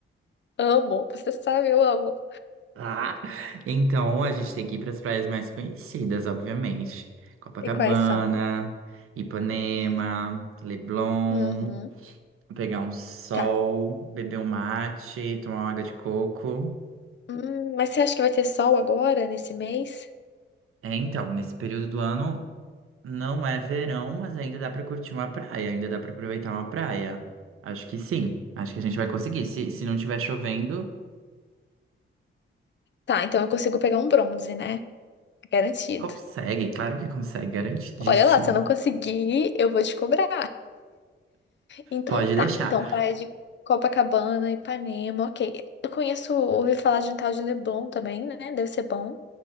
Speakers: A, on the left (about 60°); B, on the right (about 85°).
A: Amo, você sabe, eu amo.
B: Ah! Então, a gente tem que ir para as praias mais conhecidas, obviamente. Copacabana,
A: E quais são?
B: Ipanema,
A: Hum.
B: Leblon,
A: Uhum,
B: pegar um sol,
A: tá.
B: beber um mate, tomar uma água de coco.
A: Hum, mas você acha que vai ter sol agora, nesse mês?
B: É, então, nesse período do ano não é verão, mas ainda dá pra curtir uma praia, ainda dá pra aproveitar uma praia. Acho que sim, acho que a gente vai conseguir. Se, se não tiver chovendo,
A: Tá, então eu consigo pegar um bronze, né? Garantido.
B: consegue, claro que consegue, garantidíssimo.
A: Olha lá, se eu não conseguir, eu vou te cobrar. Então
B: Pode
A: tá.
B: deixar.
A: Então, praia de Copacabana, Ipanema, ok. Eu conheço, ouvi falar de um tal de Leblon também, né? Deve ser bom.